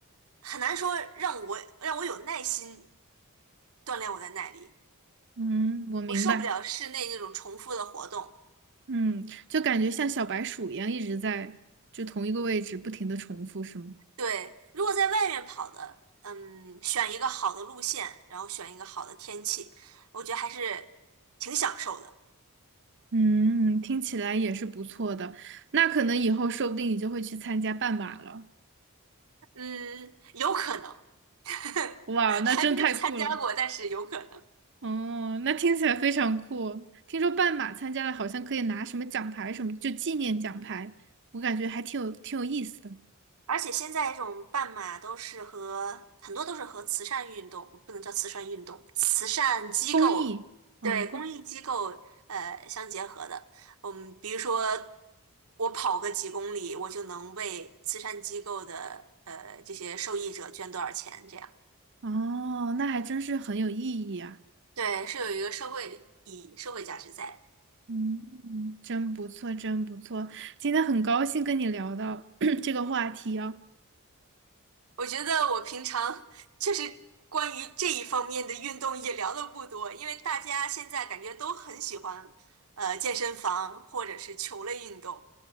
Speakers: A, on the right (about 75°); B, on the right (about 55°).
A: 很难说让我让我有耐心锻炼我的耐力，
B: 嗯，我明白。
A: 我受不了室内那种重复的活动。
B: 嗯，就感觉像小白鼠一样一直在就同一个位置不停的重复，是吗？
A: 对，如果在外面跑的，嗯，选一个好的路线，然后选一个好的天气，我觉得还是挺享受的。
B: 嗯，听起来也是不错的。那可能以后说不定你就会去参加半马了。
A: 嗯，有可能。<laughs>
B: 哇，
A: 还没有参加过，
B: 那真太酷了！
A: 但是有可能。
B: 哦，那听起来非常酷。听说半马参加了，好像可以拿什么奖牌什么，就纪念奖牌。我感觉还挺有挺有意思的。
A: 而且现在这种半马都是和很多都是和慈善运动，不能叫慈善运动，慈善机构，
B: 公益，嗯，
A: 对，
B: 公，
A: 公益机构呃相结合的。嗯，比如说我跑个几公里，我就能为慈善机构的呃这些受益者捐多少钱，这样。
B: 哦，那还真是很有意义啊。
A: 对，是有一个社会意义、社会价值在
B: 嗯，嗯真不错，真不错。今天很高兴跟你聊到 <clears throat> 这个话题啊。
A: 我觉得我平常就是关于这一方面的运动也聊的不多，因为大家现在感觉都很喜欢呃健身房或者是球类运动，